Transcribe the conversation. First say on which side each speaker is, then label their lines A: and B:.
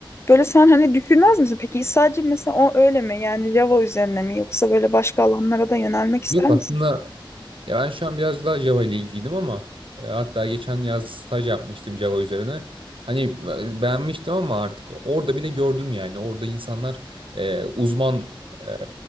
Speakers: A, on the left; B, on the right.
A: Böyle sen hani düşünmez misin? Peki sadece mesela o öyle mi? Yani Java üzerine mi yoksa böyle başka alanlara da yönelmek ister
B: Yok aslında
A: misin?
B: Ya ben şu an biraz daha Java ile ilgiliydim ama e, hatta geçen yaz staj yapmıştım Java üzerine. Hani e, beğenmiştim ama artık orada bile gördüm yani. Orada insanlar e, uzman e,